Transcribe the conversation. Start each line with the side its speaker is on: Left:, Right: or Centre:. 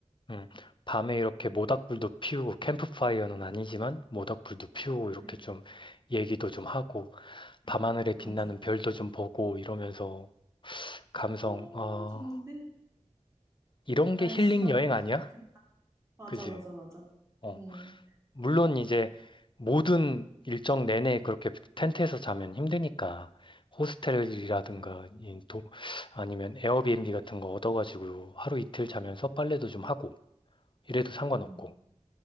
Left: 응. 밤에 이렇게 모닥불도 피우고 캠프파이어는 아니지만 모닥불도 피우고
Right: 그래,
Left: 이렇게 좀 얘기도 좀 하고 밤하늘에 빛나는
Right: 맞아.
Left: 별도 좀 보고 이러면서 감성
Right: 음,
Left: 어,
Right: 좋은데?
Left: 이런
Right: 날씨가
Left: 게 힐링 여행
Right: 좋았으면
Left: 아니야?
Right: 좋겠다. 맞아,
Left: 그지?
Right: 맞아, 맞아.
Left: 어.
Right: 응,
Left: 물론 이제 모든 일정 내내 그렇게 텐트에서 자면 힘드니까 호스텔이라든가 이 도, 아니면 에어비앤비 같은 거 얻어가지고 하루 이틀 자면서 빨래도 좀 하고 이래도 상관없고
Right: 응,